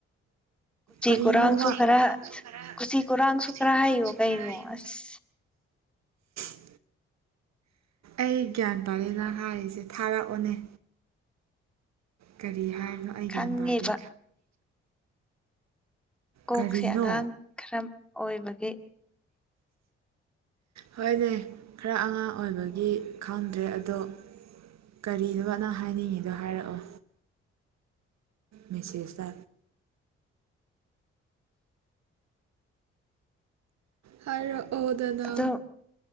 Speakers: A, on the right; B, in the centre.
A: ꯀꯩꯅ
B: ꯀꯨꯔꯥꯡꯁꯨ
A: ꯅ
B: ꯈꯔ
A: ꯀꯔꯅꯁꯨꯨꯈ꯭ꯔꯥ
B: ꯀꯨꯆꯤ ꯀꯨꯔꯥꯡꯁꯨ
A: ꯎꯁꯤ
B: ꯈꯔ
A: ꯀꯔꯟꯁꯨꯨꯀ꯭ꯔꯥꯒꯩ
B: ꯍꯥꯏꯌꯣ ꯀꯩꯅꯣ ꯑꯁ
A: <inaudible> <inaudible> ꯑꯩ ꯒ꯭ꯌꯥꯟ ꯄꯥꯔꯦꯅ ꯍꯥꯏꯔꯤꯁꯦ ꯊꯥꯔꯛꯑꯣꯅꯦ ꯀꯔꯤ ꯍꯥꯏꯕꯅꯣ ꯑꯩ
B: ꯈꯪꯉꯦꯕ
A: ꯒ꯭ꯌꯥꯟ ꯇꯥꯗꯦ
B: ꯀꯣꯛꯁꯦ
A: ꯀꯔꯤꯅꯣ
B: ꯑꯉꯥꯡ ꯈꯔ ꯑꯣꯏꯕꯒꯤ
A: ꯍꯣꯏꯅꯦ ꯈꯔ ꯑꯉꯥꯡ ꯑꯣꯏꯕꯒꯤ ꯈꯪꯗ꯭ꯔꯦ ꯑꯗꯣ ꯀꯔꯤꯗꯨꯣꯅꯪ ꯍꯥꯏꯅꯤꯡꯉꯤꯗꯣ ꯍꯥꯏꯔꯛꯑꯣ ꯃꯦꯁꯦꯖꯇ ꯍꯥꯢꯔꯛꯑꯣꯗꯅ
B: ꯑꯗꯣ